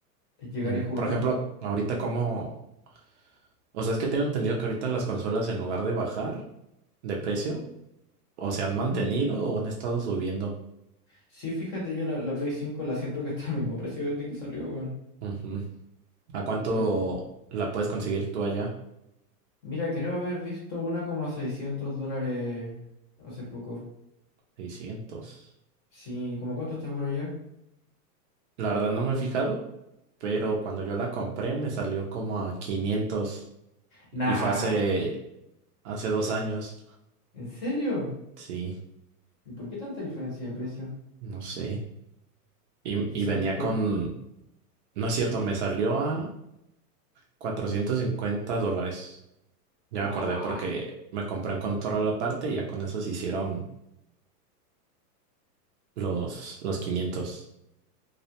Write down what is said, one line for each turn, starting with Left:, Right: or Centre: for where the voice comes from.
Left: es llegar
Right: mm,
Left: y jugar.
Right: por ejemplo, ahorita como, o sea, es que tengo entendido que ahorita las consolas en lugar de bajar de precio, o se han
Left: Ujú.
Right: mantenido o han estado subiendo.
Left: Sí, fíjate, yo la, la Play cinco la siento que está al mismo precio desde que salió, weón.
Right: Ujú. ¿A cuánto
Left: Pero...
Right: la puedes conseguir tú allá?
Left: Mira, creo haber visto uno coma seiscientos dólares hace poco.
Right: 600.
Left: Sí, ¿cómo cuánto está por allá?
Right: La verdad no me he fijado, pero cuando yo la compré me salió como a 500 y
Left: Nah,
Right: fue hace, hace dos años,
Left: ¿en serio?
Right: sí,
Left: ¿Y por qué tanta diferencia de precio?
Right: no sé. Y,
Left: Quizás
Right: y venía
Left: por...
Right: con, no es cierto, me salió a 450 dólares. Ya
Left: Ah,
Right: me acordé porque me compré un control la parte y ya con eso se hicieron los, los quinientos